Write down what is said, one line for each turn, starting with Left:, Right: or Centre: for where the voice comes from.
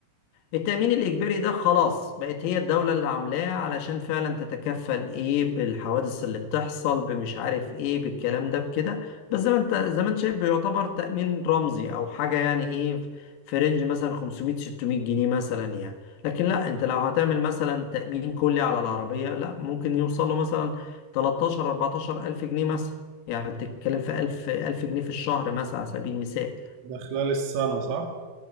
Left: التأمين الإجباري ده خلاص بقت هي الدولة اللي عاملاه علشان فعلا تتكفل إيه بالحوادث اللي بتحصل بمش عارف إيه بالكلام ده بكده بس زي ما أنت زي ما أنت شايف بيعتبر تأمين رمزي أو حاجة يعني إيه في رينج مثلا 500 600 جنيه مثلا يعني لكن لا أنت لو هتعمل مثلا تأمين كلي على العربية لا ممكن يوصل له مثلا 13 14 ألف جنيه مثلا يعني
Right: ده
Left: بتتكلم في 1000 1000 جنيه في الشهر مثلا على سبيل المثال
Right: ده خلال السنة صح؟